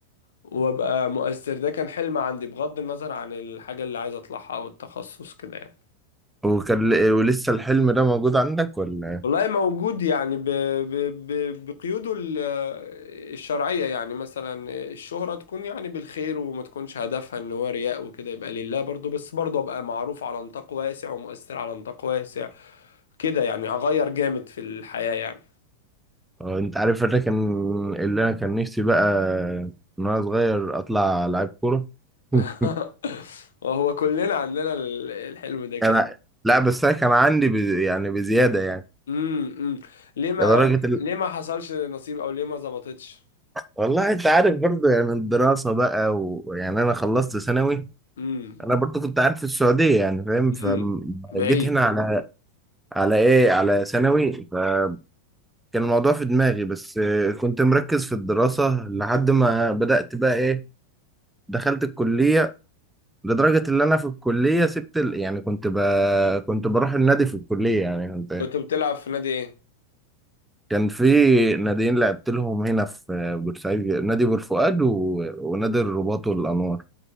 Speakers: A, on the left; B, in the centre.
A: وابقى مؤثر ده كان حلم عندي بغض النظر عن الحاجة اللي عايز اطلعها او التخصص كده يعني
B: وكان ولسه الحلم ده موجود عندك ولا
A: والله موجود يعني ب... ب... ب... بقيوده ال- الشرعية يعني مثلا الشهرة تكون يعني بالخير وما تكونش هدفها ان هو رياء وكده يبقى لله برضو بس برضو ابقى معروف على نطاق واسع ومؤثر على نطاق واسع كده يعني اغير جامد في الحياة يعني
B: آه، انت عارف انا كان اللي انا كان نفسي بقى من وانا صغير اطلع لعيب كوره
A: <laughs>
B: <laughs>
A: وهو كلنا عندنا ال- الحلم ده كده
B: انا لا بس انا كان عندي بز... يعني بزياده يعني
A: امم ليه ما
B: لدرجه ال...
A: ليه ما حصلش نصيب او ليه ما ظبطتش
B: والله انت عارف برضه يعني الدراسه بقى ويعني انا خلصت ثانوي
A: امم
B: انا برضه كنت قاعد في السعوديه يعني فاهم
A: امم بعيد
B: فجيت هنا على على ايه على ثانوي فكان الموضوع في دماغي بس آه، كنت مركز في الدراسه لحد ما بدات بقى ايه دخلت الكليه لدرجة إن أنا في الكلية سبت ال... يعني كنت ب... كنت بروح النادي في الكلية يعني كنت
A: كنت بتلعب في نادي ايه
B: كان في ناديين لعبت لهم هنا في بورسعيد نادي بورفؤاد و... ونادي الرباط والأنوار